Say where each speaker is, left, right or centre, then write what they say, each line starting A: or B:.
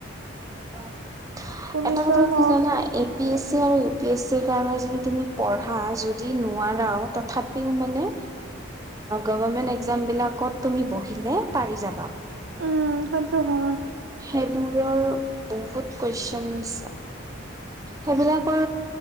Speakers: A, on the right; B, on the right.
A: অ'।
B: পুলিচৰ
A: এটা কথা কি
B: হওক
A: জানা এ পি এছ চি আৰু ইউ পি এছ চ ৰ কাৰণে যদি তুমি পঢ়া যদি নোৱাৰাও তথাপিও মানে গভমেন্ট একজাম বিলাকত তুমি বহিলে পাৰি যাবা।
B: উম সটো হয়
A: সেইবোৰৰ বহুত খছ <unintelligible> সেইবিলাকৰ